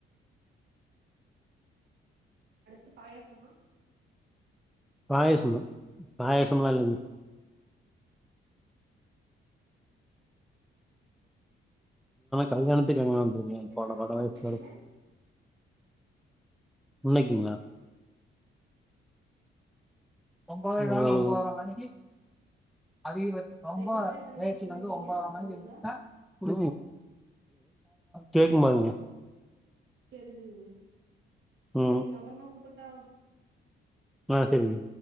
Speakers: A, on the right (about 60°); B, in the centre.
A: அடுத்து பாயாசமா
B: பிராயசம்மா பிராயசம்லா
A: ம்
B: இல்ல கல்யாணத்துக்கு கல்யணம் வந்துரிய
A: நீங்க எத்தன
B: போன
A: மணிக்கு
B: வட வயசு
A: தூங்குவீங்க
B: உன்னைக்டீங்களா ஒன்போதே ஹால் ஒன்போதர மணிக்கு அதிக ஒன்போதர
A: ரெகுலரா எத்தன
B: நைட்டு
A: மணிக்கு தூங்குவீங்க
B: வந்து ஒன்போதர
A: பத்து
B: மணிக்கு
A: மணிக்கா
B: எந்திப்பே <inaudible> ஒ கேக்குமாங்க
A: தெரிஞ்சுதுங்க சேரிங்க
B: ம்
A: அப்றமா கூப்பிட்டா
B: ஆ சேரி